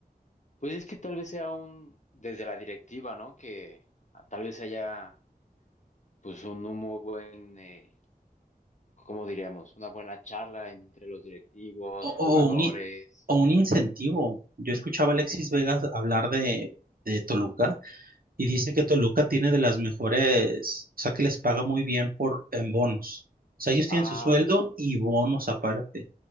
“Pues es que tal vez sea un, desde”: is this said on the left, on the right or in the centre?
Left